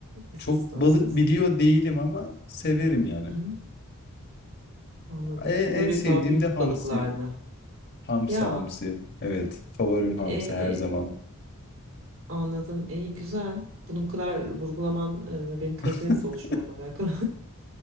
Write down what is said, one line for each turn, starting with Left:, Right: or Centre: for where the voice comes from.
Right: istisnasız.
Left: çok balık biliyor değilim ama severim yani.
Right: Hı hı. Anladım.
Left: En,
Right: Böyle
Left: en sevdiğim
Right: daha büyük
Left: de hamsi.
Right: balıklar mı?
Left: Hamsi
Right: Ya
Left: hamsi. Evet, favorim hamsi
Right: e,
Left: her zaman.
Right: anladım. İyi güzel. Bunu bu kadar vurgulaman e, benim Karadeniz
Left: <laughs>
Right: oluşumla alakalı.